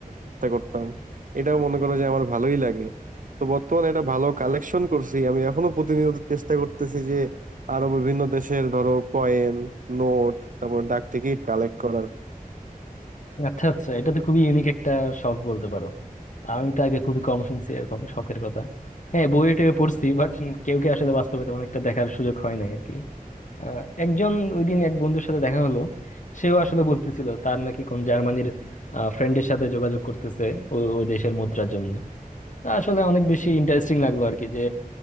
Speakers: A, on the right; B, on the left.
A: চেষ্টা করতাম এটাও মনে করো যে আমার ভালোই লাগে তো বর্তমানে এটা ভালো কালেকশন করছি আমি এখনো প্রতিনিয়ত চেষ্টা করতেছি যে আরো বিভিন্ন দেশের ধরো কয়েন নোট তারপর ডাক টিকিট কালেক্ট করার
B: আচ্ছা আচ্ছা এটা তো খুবই ইউনিক একটা শখ বলতে পারো আমি তো আগে খুবই কম শুনছি এরকম শখের কথা হ্যাঁ বইয়ে টয়ে পড়ছি বাট কেউ কে আসলে বাস্তবে তেমন একটা দেখার সুযোগ হয় নাই আর কি আহ, একজন ওই দিন এক বন্ধুর সাথে দেখা হলো সেও আসলে বলতেছিল তার নাকি কোন জার্মানির ফ্রেন্ডের সাথে যোগাযোগ করতেছে ওই ওই দেশের মুদ্রার জন্য তা আসলে অনেক বেশি ইন্টারেস্টিং লাগলো আর কি যে